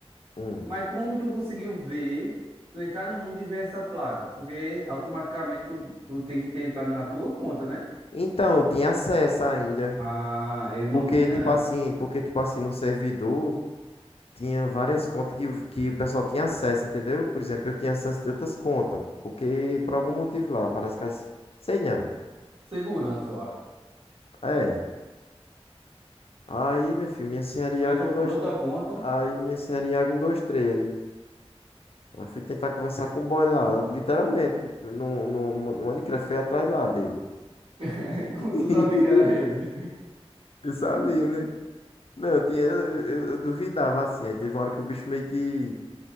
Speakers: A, on the left; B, on the right.
A: Hum.
B: Mas como tu conseguiu ver, tu entrar no mundo e ver essa placa? Porque automaticamente tu, tu tem que ter entrado na tua conta, né?
A: Então, eu tinha acesso ainda,
B: Ah, ele não
A: porque
B: tinha
A: tipo assim, porque tipo assim, no servidor Tinha várias contas que, o- que o pessoal tinha acesso, entendeu? Por exemplo, eu tinha acesso de outras contas, porque por algum motivo lá, parece que as... Sei não.
B: segurança, eu acho.
A: É. Aí, meu filho, minha senhora Iago
B: Tu entrou
A: um dois
B: por outra conta,
A: Aí, minha senhora Iago um dois três Aí, aí fui tentar conversar com o boy lá, literalmente, no, no, no Minecraft, fui atrás lá dele.
B: <laughs> como
A: <laughs>
B: tu sabia que era ele.
A: Eu sabia,
B: <laughs>
A: né? Não, eu tinha, eu, eu- eu duvidava assim. Aí teve uma hora que o bicho meio que,